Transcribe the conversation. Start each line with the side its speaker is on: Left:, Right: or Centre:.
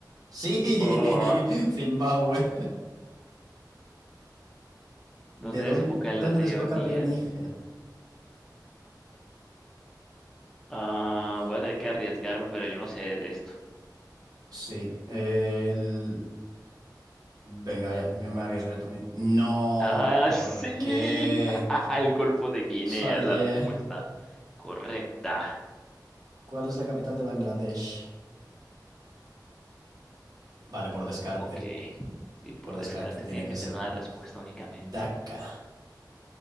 Right: Sí,
Centre: Oh.
Right: <laughs> Zimbabue.
Centre: ¿Dónde
Right: ¿De
Centre: desemboca
Right: dónde,
Centre: el
Right: dónde
Centre: río
Right: desemboca
Centre: Níger?
Right: el río Níger?
Centre: Ah,
Right: Uf.
Centre: voy a tener que arriesgarme, pero yo no sé de esto.
Right: Sí, el... Venga, ya, me, me arriesgo yo también. No,
Centre: Ah,
Right: ¿por
Centre: sí.
Right: qué?
Centre: <laughs> El Golfo de Guinea
Right: Fallé.
Centre: es la respuesta correcta.
Right: ¿Cuál es la capital de Bangladesh? Vale, por descarte.
Centre: Ok. Sí, por
Right: Por descarte
Centre: descarte
Right: tiene
Centre: tiene
Right: que
Centre: que
Right: ser
Centre: tener una respuesta únicamente.
Right: Dhaka.